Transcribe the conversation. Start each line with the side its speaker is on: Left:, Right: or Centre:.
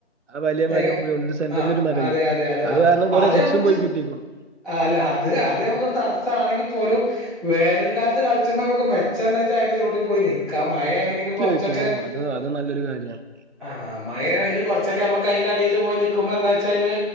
Right: ആ വലയ മരം
Centre: എങ്ങൻ
Right: ഗ്രൗണ്ടിന്റെ സെന്ററിൽ
Centre: ആഹ്
Right: ഒരു മരല്ലേ
Centre: അതെ അതെ അത് ആ
Right: കാരണം കൊറെ
Centre: അത്
Right: സിക്സും
Centre: മുക്ക്
Right: പോയി കിട്ടിക്കുന്നു
Centre: അല്ല അത് അത് തട സം ണെങ്കിൽ പോലും വേ വേനൽ കാലത്ത് കളിച്ചുമ്പോ നമുക്ക് മെ എന്താ ച്ചാ ൻ്റെ ചുവട്ടിൽ പോയി നീ മഴയാണെങ്കിലും
Right: സത്യമായിട്ടും
Centre: കുറച്ചൊക്കെ
Right: ഓ അത് അത് നല്ലൊരു കാര്യമാണ്
Centre: ആ മഴയാണെങ്കിലും കുറച്ചൊക്കെ നമുക്ക് അയി ഇയില് പോയി നക്കുമ്പോ എന്താ വെച്ചാ അന്